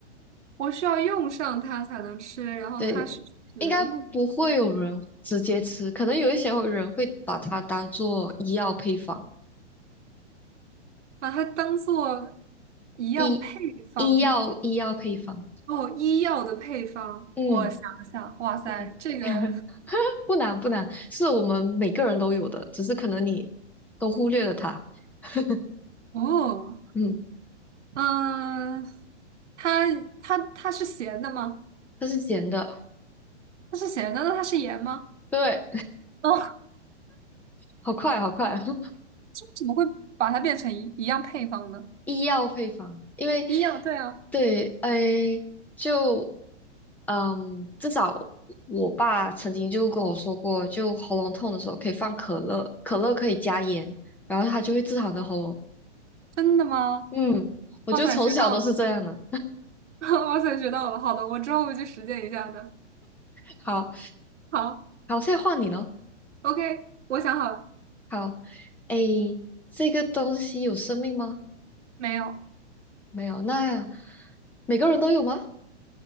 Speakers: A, on the right; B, in the centre.
A: 我需要用上它才能吃，然后它是食物，
B: 对，应该不会有人直接吃，可能有一些人会把它当做医药配方，
A: 把它当做一样配方
B: 医医药医药配方。
A: 哦，医药的配方。
B: 嗯
A: 我想了想，哇塞，
B: 嗯，
A: 这个
B: <laughs> 不难不难，是我们每个人都有的，只是可能你都忽略了它。<laughs>
A: 哦，
B: 嗯，
A: 嗯，它它它是咸的吗？
B: 它是咸的，
A: 它是咸的，那它是盐吗？
B: 对，
A: 哦，
B: 好快好快，<laughs>
A: 这为什么会把它变成一一样配方呢？
B: 医药配方，因为
A: 一样，对啊。
B: 对，哎，就。嗯，至少我爸曾经就跟我说过，就喉咙痛的时候可以放可乐，可乐可以加盐，然后他就会治好你的喉咙。
A: 真的吗？
B: 嗯，我就从小都是这样的。
A: 哇塞，学到了！<laughs> 哇塞，学到了！好的，我之后会去实践一下的。
B: 好，
A: 好
B: 好，现在换你了。
A: ，OK，我想好了，
B: 好，诶，这个东西有生命吗？
A: 没有。
B: 没有，那每个人都有吗？